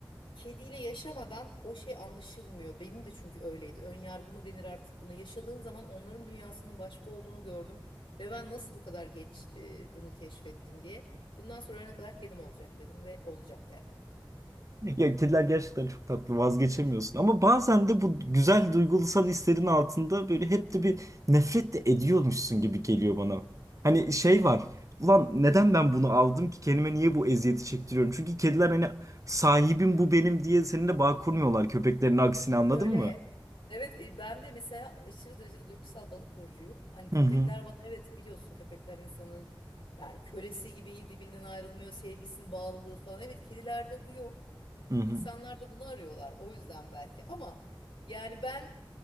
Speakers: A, on the left; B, on the right.
A: kediyle yaşamadan o şey anlaşılmıyor. Benim de çünkü öyleydi. Ön yargı mı denir artık buna. Yaşadığın zaman onların dünyasının başka olduğunu gördüm ve ben nasıl bu kadar geç e, bunu keşfettim diye. Bundan sonra ölene kadar kedim olacak dedim ve olacak gerçekten.
B: Ya kediler gerçekten çok tatlı vazgeçemiyorsun ama bazen de bu güzel duygusal hislerin altında böyle hep de bir nefret de ediyormuşsun gibi geliyor bana. Hani şey var ulan neden ben bunu aldım ki kendime niye bu eziyeti çektiriyorum? Çünkü kediler hani sahibim bu benim diye seninle bağ kurmuyorlar köpeklerin aksine anladın
A: Şöyle
B: mı?
A: evet e, ben de mesela aşırı derecede duygusal balık burcuyum. Hani köpekler
B: Hı hı.
A: bana evet biliyorsun köpekler insanın yani kölesi gibi iyi dibinden ayrılmıyor sevgisinin bağlılığı falan. Evet kedilerde bu yok.
B: Hı hı.
A: İnsanlar da bunu arıyorlar o yüzden belki ama yani ben